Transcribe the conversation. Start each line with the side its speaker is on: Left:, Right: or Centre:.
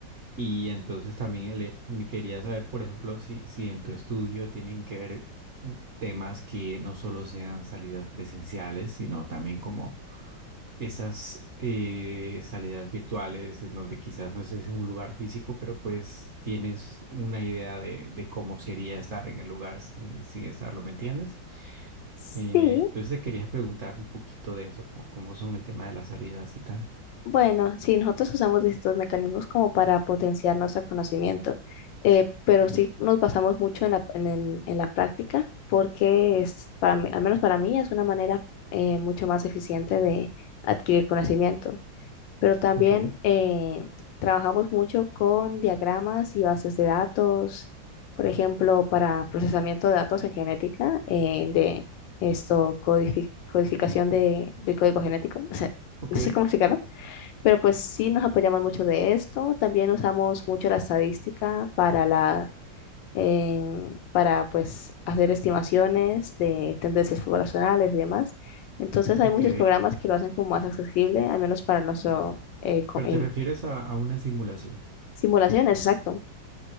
Right: y entonces también le- me quería saber, por ejemplo, si, si en tu estudio tienen que ver mm, temas que no solo sean salidas presenciales, sino también como esas eh, salidas virtuales en donde quizás no es es un lugar físico, pero pues tienes una idea de, de cómo sería estar en el lugar sin, sin estarlo, ¿me entiendes?
Left: Sí,
Right: Eh, entonces te quería preguntar un poquito de eso, como cómo son el tema de las salidas y tal.
Left: bueno, sí, nosotros usamos distintos mecanismos como para potenciar nuestro conocimiento, eh, pero sí nos basamos mucho en la, en el- en la práctica porque es, para mí- al menos para mí es una manera eh, mucho más eficiente de adquirir conocimiento. pero también
Right: Ok,
Left: eh, trabajamos mucho con diagramas y bases de datos, por ejemplo, para procesamiento de datos en genética, eh, de esto, codifi- codificación de, del código genético, o sea,
Right: ok,
Left: no sé cómo explicarlo, pero pues sí nos apoyamos mucho de esto. También usamos mucho la estadística para la em, para pues hacer estimaciones de tendencias poblacionales y demás. Entonces hay
Right: ok.
Left: muchos programas que lo hacen como más accesible, al menos para nuestro eh, co-
Right: Pero
Left: en
Right: te refieres a, a una simulación.
Left: simulaciones, exacto.